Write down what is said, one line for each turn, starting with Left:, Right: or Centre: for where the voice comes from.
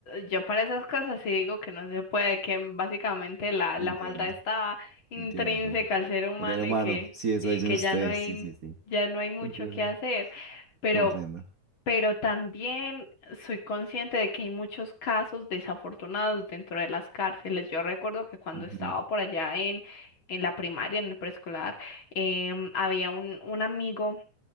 Left: yo para esas cosas sí digo que no se puede, que básicamente la,
Right: Entiendo,
Left: la maldad está intrínseca
Right: entiendo, entiendo.
Left: al ser humano
Right: En el humano,
Left: y que,
Right: sí, eso
Left: y
Right: dicen
Left: que
Right: ustedes,
Left: ya no hay,
Right: sí, sí, sí.
Left: ya no hay mucho
Right: Entiendo,
Left: que hacer. Pero
Right: comprendo.
Left: pero también soy consciente de que hay muchos casos desafortunados dentro de las cárceles. Yo recuerdo que cuando
Right: Ujú,
Left: estaba por allá en, en la primaria, en el preescolar, em, había un, un amigo